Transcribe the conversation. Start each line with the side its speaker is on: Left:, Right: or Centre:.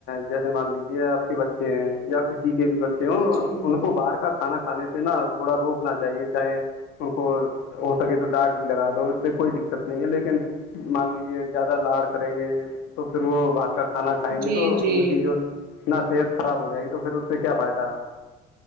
Left: جیسے مان لیجیے آپ کے بچے ہیں یا کسی کے بھی بچے کیوں
Right: جی
Left: ان کو باہر کا کھانا کھانے سے نا تھوڑا روکنا چاہیے چاہے ان کو ہو سکے تو ڈانٹ بھی لگا دو کوئی دقت نہیں ہے لیکن مان لیجیے زیادہ لاڑ کریں گے تو پھر وہ بارت کا کھانا کاہیں
Right: جی
Left: گی تو
Right: جی
Left: ان کی جو نہ صحت خراب ہو جائے گی تو پھر اس سے کیا فائدہ